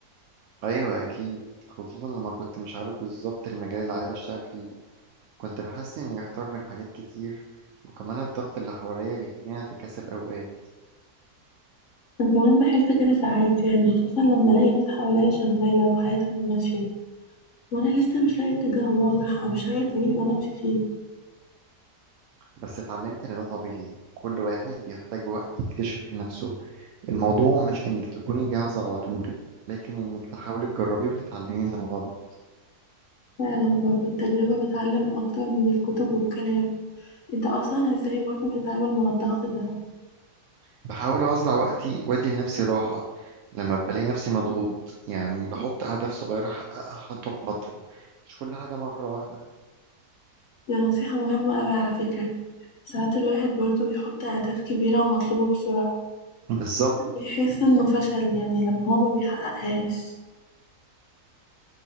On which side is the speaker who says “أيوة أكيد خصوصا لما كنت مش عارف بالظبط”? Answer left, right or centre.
Right